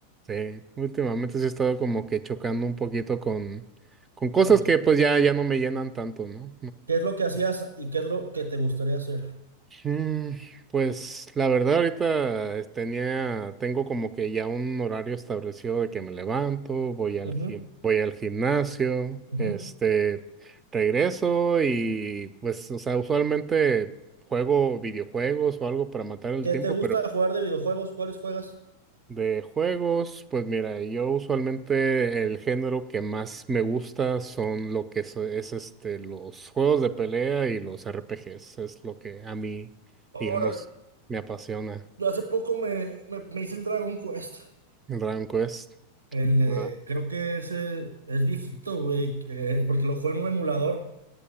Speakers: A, on the right; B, on the right.
A: sí, últimamente sí he estado como que chocando un poquito con, con cosas
B: ¿Con qué?
A: que pues ya, ya no me llenan tanto, ¿no?
B: ¿Qué es lo que hacías y qué es lo que te gustaría hacer?
A: Mm, Pues la verdad ahorita es- tenía, tengo como que ya un horario establecido de que me levanto, voy al
B: Ujú,
A: gim- voy al gimnasio,
B: ujú.
A: este, regreso y pues, o sea, usualmente juego videojuegos o algo para matar el
B: ¿Qué
A: tiempo,
B: te gusta jugar de videojuegos? ¿Cuáles juegas?
A: de juegos, pues mira, yo usualmente el género que más me gusta son lo que es, es, este los juegos de pelea y los RPGs, es lo que a mí, digamos,
B: Órale,
A: me apasiona.
B: yo hace poco me, me, me hice el Dragon Quest.
A: el Dragon Quest,
B: El, eh,
A: Ah,
B: creo que ese es viejito, güey, eh, porque lo juego en un emulador.